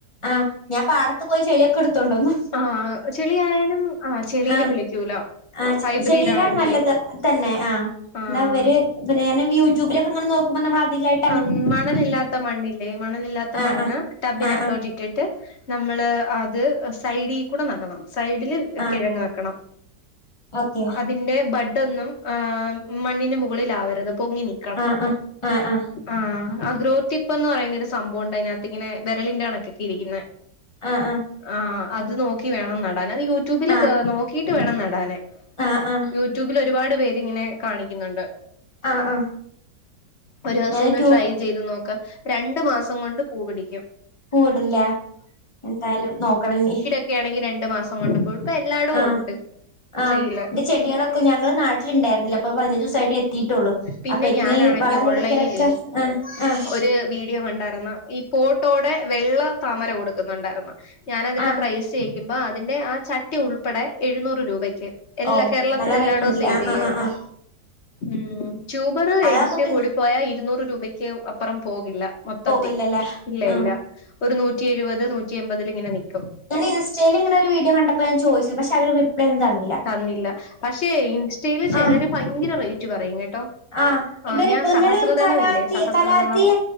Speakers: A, on the left; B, on the left.
A: ആഹ് ഞാ പാടറത്ത് പോയി ചെളിയൊക്കെ എടുത്തോണ്ടന്ന്-
B: ആഹ് ചെളി ആയാലും ആ ചെളിൽ
A: ആഹ്
B: കിളിക്കൂല-
A: ആഹ്
B: ഹൈബ്രിഡ്
A: ചെളിയിലാണ്
B: ആണെങ്കി
A: നല്ലത് തന്നെ ആഹ്
B: ആഹ്
A: എന്ന അവര് പി ഞാ യൂട്യൂബിലൊക്കെ ഇങ്ങനെ നോക്- ക്കുമ്പോ നമ്മള് അധികായി -
B: ആഹ് മണലില്ലാത്ത മണ്ണില്ലേ മണലി ല്ലാത്ത
A: ആഹ്
B: മണ്ണ് ടബിന
A: ആഹ് ആഹ്
B: അത്തോറ്റി-
A: ആഹ്
B: ഇട്ടട്ട് നമ്മള് അത് സൈഡിൽ കൂടെ നടണം സൈഡില്
A: ആഹ്
B: കിഴങ്ങാക്കണം
A: ഓക്കെ
B: അതിന്റെ ബഡൊന്നും- ആഹ് മണ്ണിന് മുകളിലാവരുത് പൊങ്ങിനി
A: ആഹ് ആഹ് ആഹ് ആഹ്
B: ആഹ് ആഹ് ഗ്രോത്തിപ്പ എന്ന് പറയുന്നൊ ഒരു സംഭവം ഉണ്ട് അതിനകത്ത് ഇങ്ങനെ വിരലിന്റെ കണക്കൊക്കെ ഇരിക്കുന്ന
A: ആഹ് ആഹ്
B: ആഹ് അത് നോക്കി വേണം നടാൻ അത് യൂട്യൂബില്
A: ആഹ് ആഹ്
B: നോക്കിട്ട് വേണംനടാനെ
A: ആഹ് ആഹ്
B: യൂട്യൂബിൽ ഒരുപാട് പേര്ങ്ങനെ കാണിക്കുന്നുണ്ട്.
A: ആഹ് ആഹ്
B: ഒരു ദിവസം
A: ഞാൻ
B: ഒന്ന്
A: ട്യൂബ്
B: ട്രൈ ചെയ്ത് നോക്ക രണ്ടു മാസം കൊണ്ട് പൂ പിടിക്കും
A: പൂവിടില്ല എന്തായാലും നോക്കണനി
B: ക്ക ആണെങ്കി രണ്ടു മാസം കൊണ്ട് പോയി ഇപ്പ എല്ലാടും
A: ആഹ്
B: ഉണ്ട്
A: ആഹ്
B: സെയ്ൽ
A: എന്റെ ചെടികളൊക്കെ ഞങ്ങള് നാട്ടില ഉണ്ടായിരില്ല അപ്പ പതിന ട്ട എത്തിട്ടുള്ളൂ
B: പിന്നെ
A: അപ്പൊ ക്കന്
B: ഞാനാണെങ്കി
A: വളം
B: ഓൺലൈനിലേ
A: കൊടുക്കലൊക്കെ ആഹ് ആഹ്
B: ഒരു വീഡിയോ കണ്ടായിരുന്നു ഈ കോട്ടോടെ വെള്ള താമര കൊടുക്കുന്നുണ്ടായിരുന്നു ഞാൻ അതിന്റെ
A: ആഹ്
B: പ്രൈസ് മ്പ അതിന്റെ ആഹ് ചട്ടി ഉൾപ്പെടെ എഴുന്നൂറ് രൂപയ്ക്ക് എല്ലാ
A: ഓ
B: കേരളത്തിലൽ
A: നല്ല
B: എല്ലായിടോ
A: റേറ്റ് ഉണ്ടല്ലേ
B: സെയിൽ
A: ആഹ്
B: ചെയും
A: ആഹ് ആഹ് ആഹ്
B: ഉം ട്യൂബർ മേടിച്ച്
A: അതാവുമ്പോ പിന്നെ
B: കൂടിപ്പോയാ ഇരുന്നൂറ് രൂപയ്ക്ക് അപ്പുറം പോകില്ല മൊത്തത്തിൽ
A: പോകില്ലല്ലേ
B: ഇല്ല
A: ആഹ്
B: ഇല്ല ഒരു നൂറ്റി എഴുപത് നൂറ്റി എമ്പതിൽ ഇങ്ങനെ നിൽക്കും
A: ഞൻ ഇൻസ്റ്റയിൽ ഇങ്ങനെ വഡിയോ കണ്ടപ്പോ ഞാൻ ചദിച്ചത് പക്ഷ അവര് ഒരു റിപ്ലൈ ഒന്നുംതന്നില്ല
B: തന്നില്ല പക്ഷേ ഇൻസ്റ്റൽ ചിലര്
A: ആഹ്
B: ഭയങ്കര റേറ്റ് പറയും കേട്ടോ
A: ആഹ്
B: ആ
A: ഇവര്പ്പൊഞ്ഞരു
B: ഞാൻ സഹസ്രദളം
A: കലാത്തി
B: ഇല്ലേ സഹസ്രദളം
A: കലാത്തിയ